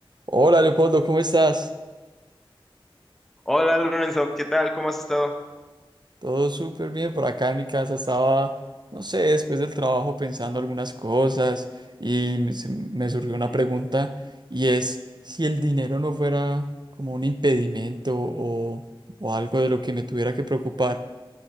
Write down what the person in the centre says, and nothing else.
Hola Lorenzo, ¿qué tal? ¿Cómo has estado?
Sí,